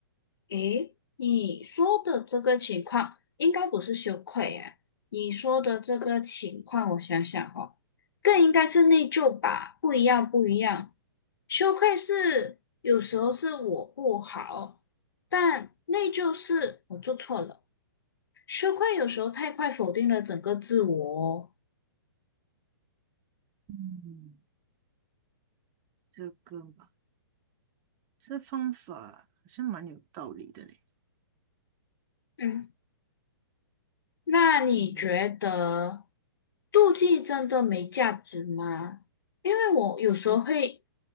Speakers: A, on the left; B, on the right.
A: 诶，你说的这个情况应该不是羞愧呀、你说的这个情况，我想想哦，更应该是内疚吧？不一样，不一样。羞愧是有时候是我不好，但内疚是我做错了。羞愧有时候太快否定了整个自我哦。
B: 嗯，这个嘛，这方法好像蛮有道理的嘞。
A: 嗯。那你觉得
B: 嗯，
A: 妒忌真的没价值吗？因为我有时候会
B: 我